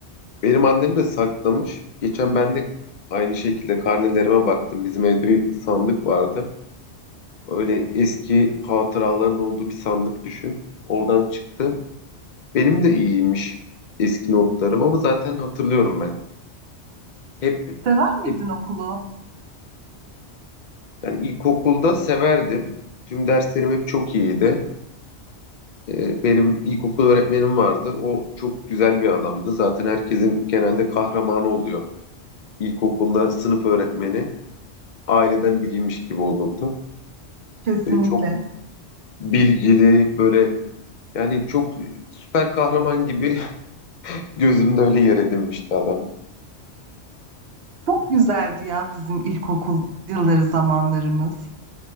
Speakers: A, on the left; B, on the right.
A: Benim annem de saklamış. Geçen ben de aynı şekilde karnelerime baktım. Bizim evde bir sandık vardı. Öyle eski hatıraların olduğu bir sandık düşün. Oradan çıktı. Benim de iyiymiş eski notlarım ama zaten hatırlıyorum ben. Hep,
B: Sever miydin
A: hep
B: okulu?
A: yani ilkokulda severdim. Tüm derslerim hep çok iyiydi. Ee, benim ilkokul öğretmenim vardı. O çok güzel bir adamdı. Zaten herkesin genelde kahramanı oluyor. İlkokulda sınıf öğretmeni aileden biriymiş gibi olurdu.
B: Kesinlikle.
A: Böyle çok bilgili, böyle yani çok süper kahraman gibi <laughs> gözümde öyle yer edinmişti adam.
B: Çok güzeldi ya bizim ilkokul yılları zamanlarımız.